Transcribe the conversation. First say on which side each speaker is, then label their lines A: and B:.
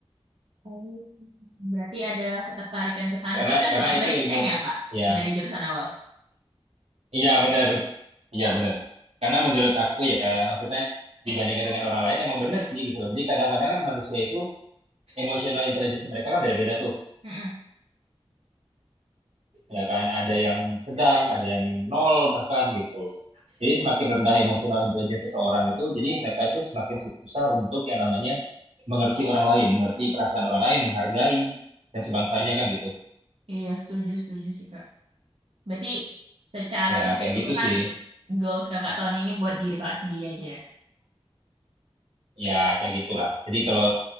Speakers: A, on the right (about 65°); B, on the right (about 85°).
A: Oh. Berarti ada ketertarikan ke sana,
B: karena
A: tapi agak
B: karena
A: melenceng
B: itu ilmu
A: ya, Kak,
B: ya
A: dari jurusan awal.
B: iya benar iya benar karena menurut aku ya maksudnya dibandingkan dengan orang lain emang bener sih gitu loh jadi kadang-kadang kan manusia itu emotional intelligence mereka kan beda-beda tuh
A: Mm-mm.
B: ya kan ada yang sedang ada yang nol bahkan gitu jadi semakin rendah emosional intelijen seseorang itu jadi mereka itu semakin susah untuk yang namanya mengerti orang lain mengerti perasaan orang lain menghargai dan sebangsanya kan gitu
A: Iya, setuju, setuju sih, Kak. Berarti secara
B: ya
A: keseluruhan,
B: kayak gitu sih
A: goals kakak tahun ini buat diri kakak sendiri aja ya?
B: ya kayak gitulah jadi kalau